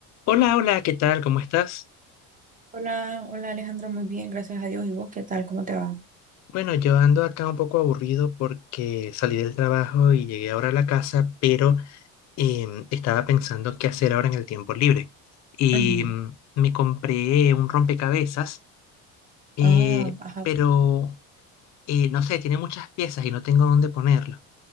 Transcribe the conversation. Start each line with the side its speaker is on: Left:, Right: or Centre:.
Left: Hola, hola, ¿qué tal? ¿Cómo estás?
Right: Hola, hola Alejandro, muy bien, gracias a Dios. ¿Y vos qué tal? ¿Cómo te va?
Left: Bueno, yo ando acá un poco aburrido porque salí del trabajo y llegué ahora a la casa, pero em, estaba pensando qué hacer ahora en el tiempo libre. Y
Right: Ujú.
Left: mm, me compré un rompecabezas, eh,
Right: Ah, ajá.
Left: pero eh, no sé, tiene muchas piezas y no tengo dónde ponerlo.